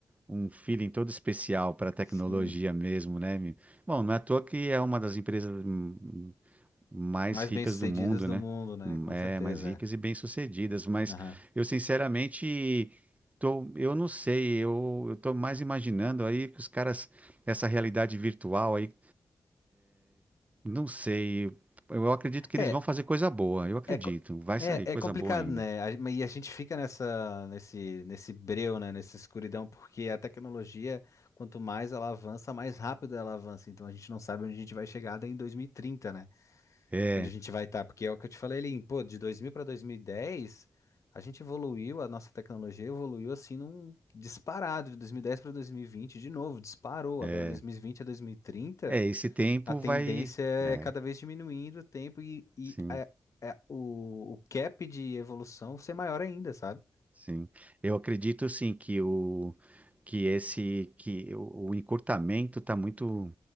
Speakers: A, on the right; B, on the left.
A: um feeling todo especial para tecnologia
B: sim,
A: mesmo, né? meu? Bom, não é à toa que é uma das empresas hum, mais
B: mais
A: ricas
B: bem-sucedidas
A: do mundo,
B: do
A: né?
B: mundo, né?
A: Hum,
B: Com
A: É,
B: certeza,
A: mais ricas e bem-sucedidas, mas
B: é. Aham.
A: eu sinceramente tô, eu não sei, eu, eu tô mais imaginando aí que os caras, essa realidade virtual aí, não sei, eu, eu acredito que
B: É,
A: eles vão fazer coisa boa, eu acredito,
B: É, co-
A: vai
B: é,
A: sair coisa
B: é complicado,
A: boa ainda.
B: né? A- mas- E a gente fica nessa, nesse, nesse breu, né? Nessa escuridão, porque a tecnologia, quanto mais ela avança, mais rápido ela avança. Então a gente não sabe onde a gente vai chegar daí em dois mil e trinta né?
A: É,
B: Onde a gente vai estar. Porque é o que eu te falei ali, pô, de 2000 para 2010 a gente evoluiu, a nossa tecnologia evoluiu assim num disparado, de 2010 para 2020 de novo, disparou.
A: é,
B: Agora dois mil e vinte a 2030
A: é, esse tempo
B: a tendência
A: vai,
B: é
A: é,
B: cada vez diminuindo o tempo e, e
A: sim.
B: a- a- o, o cap de evolução ser maior ainda, sabe?
A: Sim, eu acredito sim que o que esse que o, o encurtamento está muito